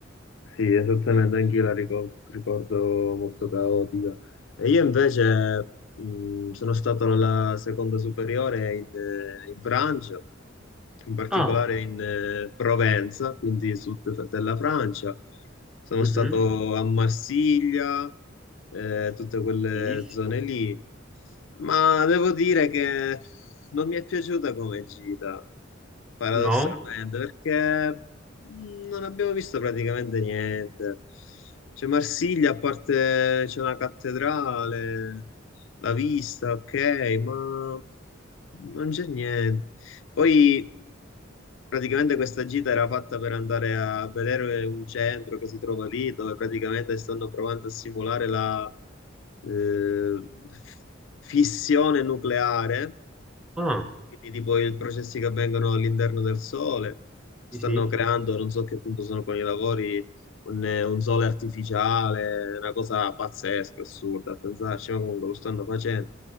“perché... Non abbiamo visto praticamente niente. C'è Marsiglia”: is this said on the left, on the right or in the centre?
Left